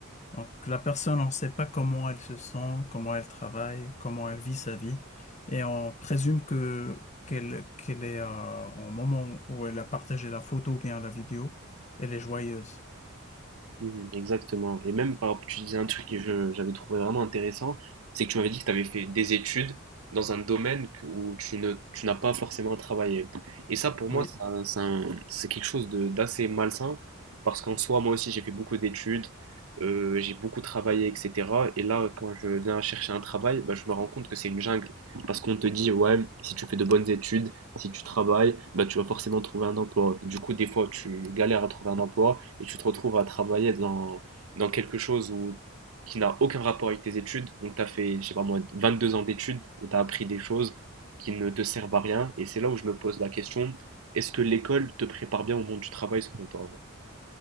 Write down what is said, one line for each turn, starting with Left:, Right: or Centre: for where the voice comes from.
Left: Donc, la personne, on ne sait pas comment elle se sent, comment elle travaille, comment elle vit sa vie, et on présume que qu'elle qu'elle est euh, au moment où elle a partagé la photo ou bien la vidéo, elle est joyeuse.
Right: Mhm, exactement. Et même par rapport, tu disais un truc que je- j'avais trouvé vraiment intéressant, c'est que tu m'avais dit que tu avais fait des études dans un domaine que- où tu ne, tu n'as pas forcément travaillé. Et ça, pour
Left: Oui,
Right: moi, c'est un- c'est quelque chose de- d'assez malsain, parce qu'en soi, moi aussi, j'ai fait beaucoup d'études, euh, j'ai beaucoup travaillé, etc. Et là, quand je viens chercher un travail, bah, je me rends compte que c'est une jungle, parce qu'on te dit, ouais, si tu fais de bonnes études, si tu travailles, bah, tu vas forcément trouver un emploi. Du coup, des fois, tu galères à trouver un emploi et tu te retrouves à travailler dans, dans quelque chose où, qui n'a aucun rapport avec tes études. Donc, tu as fait, je sais pas moi, 22 ans d'études où tu as appris des choses qui ne te servent à rien. Et c'est là où je me pose la question, est-ce que l'école te prépare bien au monde du travail selon toi?